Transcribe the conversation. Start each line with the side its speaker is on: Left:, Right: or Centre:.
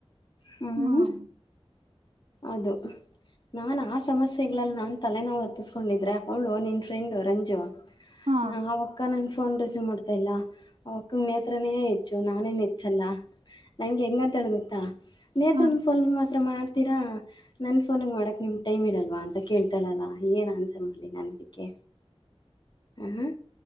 Left: ಹ್ಮ.
Right: ಹ್ಮ್
Left: ಅದು ನಾನ್ ಆ ಸಮಸ್ಯೆಗಳಲ್ಲಿ ನಾನ್ ತಲೆನೋವ ಹತ್ತಸ್ಕೊಂಡಿದ್ರೆ ಅವ್ಳು ನಿನ್ ಫ್ರೆಂಡು ರಂಜು
Right: ಹ್ಮ್
Left: ನಾವ ಅಕ್ಕ ನನ್ನ ಫೋನ್ ರಿಸೀವ್ ಮಾಡ್ತಾ ಇಲ್ಲ ಅವಕ್ಕ ನೇತ್ರನೇ ಹೆಚ್ಚು ನಾನೇನ ಹೆಚ್ಚಲ್ಲ. ನಂಗ ಹೆಂಗಂತಳ ಗೊತ್ತಾ ನೇತ್ರ
Right: ಹಾ
Left: ಫೋನ್ ಮಾತ್ರ ಮಾಡ್ತ ತ್ತೀರ ನನ್ನ ಫೋನಿಗ ಮಾಡಕ್ಕ ನಿಮ್ಗ ಟೈಮ್ ಇರಲ್ವಾ ಅಂತ ಕೇಳ್ತಾಳಲ್ಲ ಏನ ಆನ್ಸರ್ ಮಾಡ ಲ್ಲಿ ನಾನಿದಕ್ಕೆ ಹ್ಮ